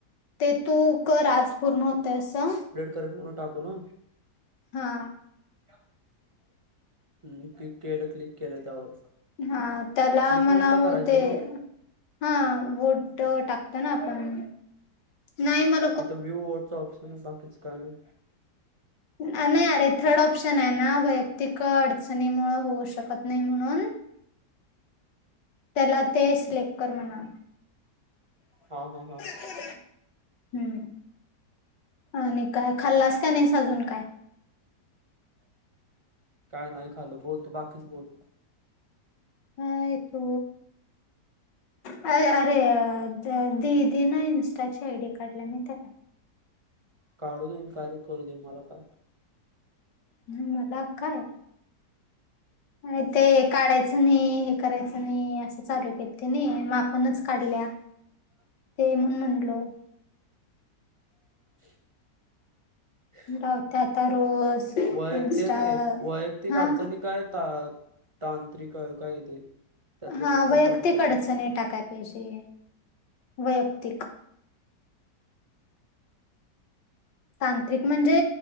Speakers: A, on the left; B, on the right.
A: ते तू कर आज पूर्ण होतंयसा.
B: करण वर टाकू ना
A: हा
B: का हम्म क्लिक केलं क्लिक केलं त्यावर
A: हा त्याला
B: क्लिक
A: म्हणाव
B: नुसता करायचं
A: ते
B: ना
A: हा वोट टाकतो ना आपण नाही मग
B: इथं व्ह्यू वोटचं ऑप्शन आहे बाकीचं काय नाही
A: नाही नाही अरे थर्ड ऑप्शन आहे ना वैयक्तिक अडचणीमूळ होऊ शकत नाही म्हणून त्याला ते सिलेक्ट कर म्हणा.
B: हा हा हा.
A: हम्म आणि काय खाल्लास का नाही सा अजून काय
B: काय नाही खाल्ल बोल तू बाकीच बोल
A: काय तू अरे अरे अह दिदी ना इन्स्टाची आयडी काढल्या माहितीय
B: काढून दे अन काय बी करू दे मला काय.
A: हम्म मला काय
B: <inaudible>
A: अह ते काढायचं नाही हे करायचं नाही असं चालू केेलती नाइ म आपणच काढल्या
B: ह <inaudible>
A: ते म्हणून म्हटलो.
B: <inaudible>
A: लावते आता रोज
B: वय
A: इन्स्टा
B: ते नाही वैयक्तिक
A: हा
B: अडचणी काय त तांत्रिक काय ते त्यातलं
A: हा
B: कुठलं
A: वैयक्तिक
B: सांगू त्याला?
A: अडचणी टाकाय पाहिजे वैयक्तिक तांत्रिक म्हणजे